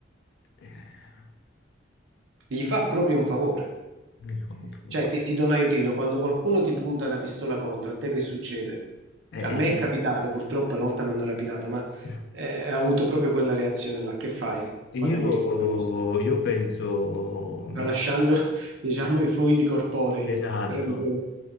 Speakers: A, on the left; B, on the right.
A: Eh,
B: Gli fa proprio un favore.
A: mi fa un favore.
B: Cioè, ti, ti do un aiutino, quando qualcuno ti punta una pistola contro, a te che succede?
A: Eh,
B: Cioè, a me è capitato, purtroppo, una volta mi hanno rapinato, ma
A: eh,
B: eh, ho avuto proprio quella reazione là. Che fai
A: io,
B: quando uno ti punta una pistola?
A: io penso,
B: tralasciando
A: mi-
B: <laughs> diciamo i fluidi corporei,
A: esatto,
B: però dico,